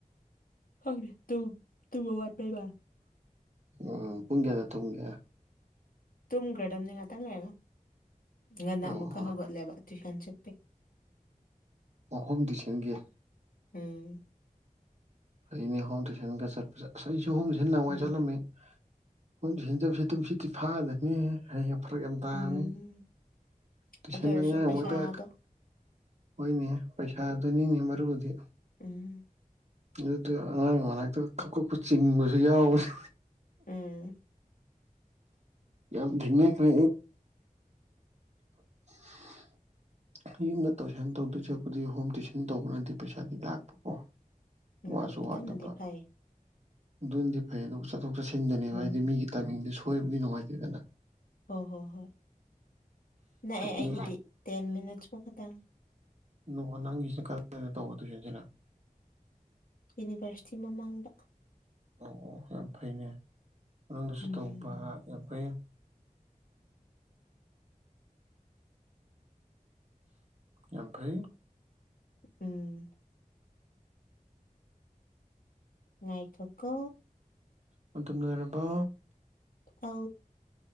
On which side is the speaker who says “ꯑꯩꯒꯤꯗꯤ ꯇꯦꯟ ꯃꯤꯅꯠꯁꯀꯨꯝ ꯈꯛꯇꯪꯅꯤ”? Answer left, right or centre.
Left